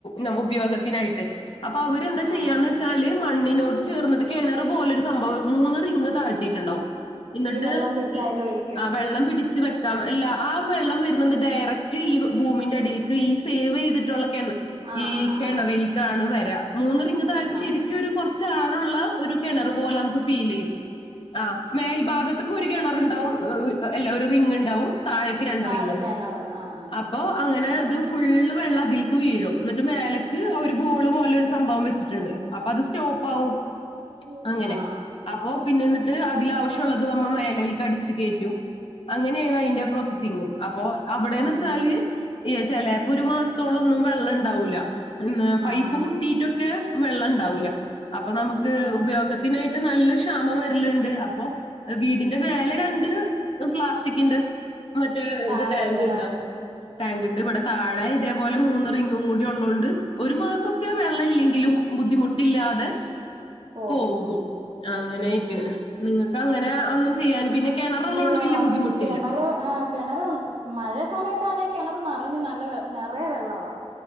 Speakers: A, on the left; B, on the right.
A: ന ഉപയോഗത്തിനായിട്ട് അപ്പൊ അവര്ന്താ
B: ആഹ്
A: ചെയ്യാന്ന്
B: ആഹ്
A: വെച്ചാല് മണ്ണിനോട്ട് ചേർന്നിട്ട് കിണറ് പോലൊരു സംഭവം മൂന്ന് റിങ്ങ് താഴ്ത്തിട്ടുണ്ടാവും. എന്നിട്ട്
B: ഈ വെള്ളം പിടിച്ച്
A: ഈ
B: അയില് ഒഴിക്കും
A: ആഹ് വെള്ളം പിടിച്ച് വെ ക്കാം അല്ല ആ വെള്ളം വരുന്നത് ഡയറക്റ്റ് ഈ ഭൂമിന്റെ അടിൽക്ക് ഈ സേവ് ചെയ്തിട്ടുള്ളൊക്കെയ
B: ആഹ്
A: ഈ
B: ആഹ്
A: കിണറിൽക്കാണ്
B: ആഹ്
A: വരാ മൂന്ന് റിംങ്ങ് തഴച്ച
B: ആഹ്
A: ശരിക്കും ഒരു കുറച്ച് ആഴള്ള ഒരു കിണറ് പോലെ നമുക്ക് ഫീൽ ചെയ്യും ആഹ് മേൽ ഭാഗത്തേക്ക് ഒരു കിണറുണ്ടാവും അല്ല ഒരു റിംഗ് ഉണ്ടാവും താഴ് ക്ക് രണ്ടറിംഗ്
B: താഴെ കിണറ് ആഹ് ആഹ്
A: അപ്പൊ അങ്ങനെ അത് ഫുള്ള് വെള്ളം അതിൽക്ക് വീഴും എന്നിട്ട് മേലേക്ക് അവര് ബോള് പോലെ ഒരു സംഭവം വെച്ചിട്ടുണ്ട് അപ്പൊ അത് സ്റ്റോപ്പ് ആകും
B: ആഹ്
A: അങ്ങനെ
B: ആഹ്
A: അപ്പൊ പിന്നെന്നിട്ട് അതിൽ ആവശ്യഉള്ളത് നമ്മ മേലേൽക്ക് അടിച്ച് കയറ്റും അങ്ങനെ യെയാണ് അതിന്റെ പ്രോസസിങ് അപ്പൊ അവിടെന്ന്
B: ആഹ്
A: വെച്ചാല് എ ചിലപ്പോ ഒരു മാസത്തോളം ഒന്നും വെള്ളം ഇണ്ടാവൂല്ല ന്ന് പൈപ്പ്
B: ആഹ്
A: കുട്ടീട്ടൊക്കെ വെള്ളം ഉണ്ടാവൂല അപ്പൊ നമുക്ക്
B: ഉം ഉം
A: ഉപയോഗ ത്തിനായിട്ട് നല്ല ക്ഷാമം വരലുണ്ട് അപ്പോ വീടിന്റെ മേലെ രണ്ട് പ്ലാസ്റ്റിക് ക്കിൻ്റെസ് മറ്റേ
B: ടാങ്കുണ്ട്
A: ഇത് ടാങ്ക് ഉണ്ടാവും
B: ആഹ്
A: ടാങ്ക് ഉണ്ട് ഇവിടെ താഴെ ഇതേപോലെ മൂന്ന് റിംങ്ങും കൂടി ഉള്ളതോണ്ട് ഒരു മാസമൊക്കെ വെള്ളം ഇല്ലെങ്കിലും ബുദ്ധിമുട്ടില്ലാതെ
B: പോവും
A: പോകും
B: ഉം ഉം
A: അങ്ങനൊയിട്ട്
B: ഉം
A: നിങ്ങൾക്ക് അങ്ങനെ ഒന്നും ചെയ്യൻ പിന്നെ കിണറ് ഉള്ള
B: ഇല്ല
A: കൊണ്ട് വല്ല്യ
B: അത്
A: ബുദ്ധിമുട്ട്
B: കിണറ് ആ കിണറുണ്ട് മഴ സമയത്താണെ കിണറ് നിറഞ്ഞ് നല്ല നിറയെ വെള്ളവാ